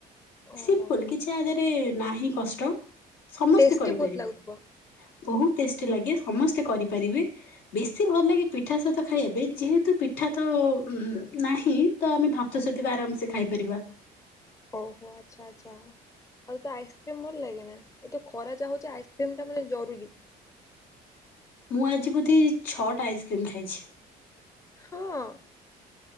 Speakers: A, on the left (about 20°); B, on the left (about 80°).
A: ଓହୋ
B: ସିମ୍ପଲ୍ କି କିଛି ଆଦିଅରେ ନାହିଁ କଷ୍ଟ ସମସ୍ତେ
A: ଟେଷ୍ଟି
B: କରିପାରିବେ।
A: ବହୁତ ଲାଗୁଥିବ।
B: ବହୁତ ଟେଷ୍ଟି ଲାଗେ ସମସ୍ତେ କରିପାରିବେ। ବେଶୀ ଭଲ ଲାଗେ ପିଠା ସହିତ ଖାଇବା ପାଇଁ ଯେହେତୁ ପିଠା ତ ନାହିଁ ତ ଆମେ ଭାତ ସହିତ ଥିବ ଆରାମସେ ଖାଇପାରିବା।
A: ଓହୋ ଆଚ୍ଛା ଆଚ୍ଛା। ଆଉ ତେତ ଆଇସକ୍ରିମ ଭଲ ଲାଗେ ନା ଏତେଖରା ଯାହା ହେଉଛି ଆଇସ୍କ୍ରିମ ଟା ମାନେ ଜରୁରୀ।
B: ମୁଁ ଆଜି ବୋଧେ ଛଅଟା ଆଇସ୍କ୍ରିମ୍ ଖାଇଚି।
A: ହଁ